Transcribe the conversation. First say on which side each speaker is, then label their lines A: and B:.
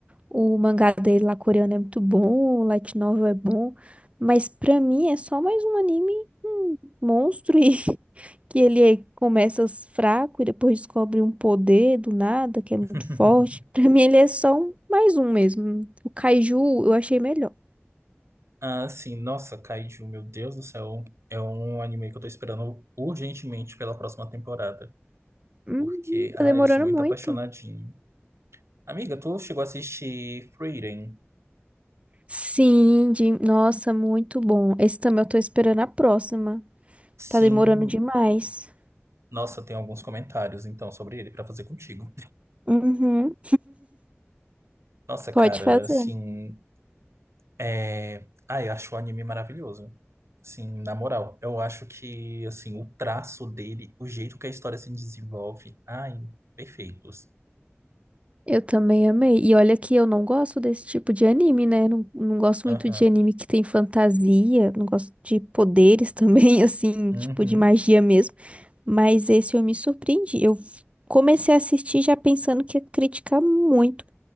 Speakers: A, on the right; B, on the right.
A: O mangá dele lá coreano é muito bom, o light novel é bom, mas pra mim é só mais um anime hum, monstro e <laughs> que ele começa fraco e depois descobre um poder do nada que é muito
B: <laughs>
A: forte. Pra mim ele é só um, mais um mesmo. O Kaiju eu achei melhor.
B: Ah, sim, nossa, Kaiju, meu Deus do céu. É um anime que eu tô esperando urgentemente pela próxima temporada.
A: Uhum,
B: Porque, ah,
A: tá demorando
B: eu sou muito
A: muito.
B: apaixonadinho. Amiga, tu chegou a assistir Frieren?
A: Sim, de... nossa, muito bom. Esse também eu tô esperando a próxima.
B: Sim,
A: Tá demorando demais.
B: nossa, tem alguns comentários então sobre ele pra fazer contigo.
A: Uhum,
B: Nossa,
A: pode
B: cara,
A: fazer.
B: assim. É... Ah, eu acho o anime maravilhoso. Assim, na moral, eu acho que assim, o traço dele, o jeito que a história se desenvolve, ai, perfeitos.
A: Eu também amei. E olha que eu não gosto desse tipo de anime, né? Não, não gosto
B: Aham.
A: muito de anime que tem fantasia, não gosto de poderes também, <laughs> assim,
B: Uhum.
A: tipo de magia mesmo. Mas esse eu me surpreendi. Eu comecei a assistir já pensando que ia criticar muito,